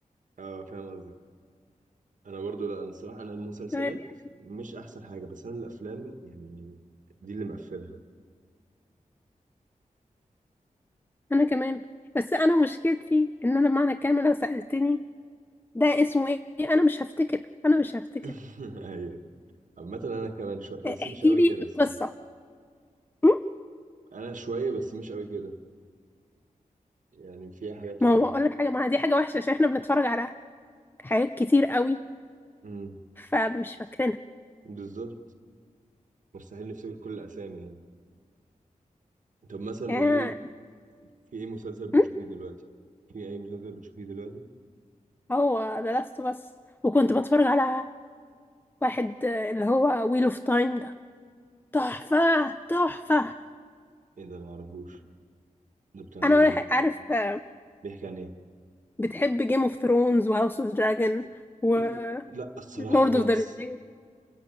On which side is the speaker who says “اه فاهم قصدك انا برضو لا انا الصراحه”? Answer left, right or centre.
Right